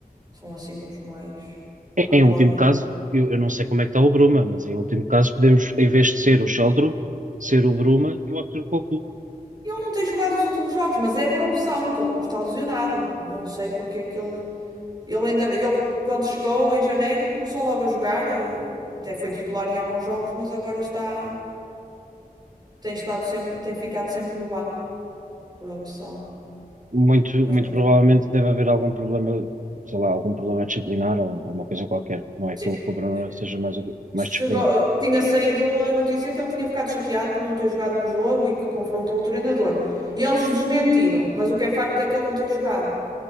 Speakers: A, on the right; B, on the right.
A: São assim os mais.
B: Em,
A: Vamos
B: em último
A: lá ver.
B: caso, eu, eu não sei como é que está o Bruma, mas em último caso podemos, em vez de ser o Sheldrup, ser o Bruma e o Arthur Toglu.
A: Ele não tem jogado os últimos jogos, mas é por opção que ele não está lesionado. Não sei porque é que ele, ele ainda, ele quando chegou em janeiro começou logo a jogar, eh, até foi titular em alguns jogos, mas agora está, tem estado sempre, tem ficado sempre no banco por opção.
B: muito,
A: Mas
B: muito
A: pronto.
B: provavelmente deve haver algum problema, sei lá, algum problema disciplinar ou, ou uma coisa qualquer. Não é
A: Sim,
B: que o cobrador
A: eh,
B: seja mais, mais
A: chegou,
B: disciplinado.
A: tinha saído a notícia que ele tinha ficado chateado por não ter jogado no jogo e que confrontou o treinador. E eles desmentiram, mas o que é facto é que ele não tem jogado.